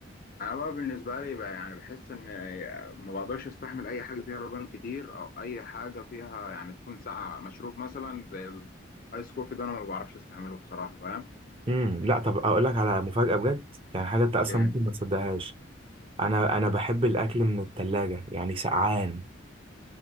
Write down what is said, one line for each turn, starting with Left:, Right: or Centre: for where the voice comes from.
Left: انا بقى بالنسبه لي بقى يعني بحس ان ما بقدرش استحمل اي حاجه فيها لبن كتير او اي حاجه فيها يعني تكون ساقعه مشروب مثلا زي الايس كوفي ده انا ما بعرفش استحمله بصراحه فاهم
Right: امم لا طب اقول لك على مفاجأة بجد يعني حاجة انت اصلا
Left: ايه
Right: ممكن ما تصدقهاش انا انا بحب الاكل من التلاجة يعني سقعان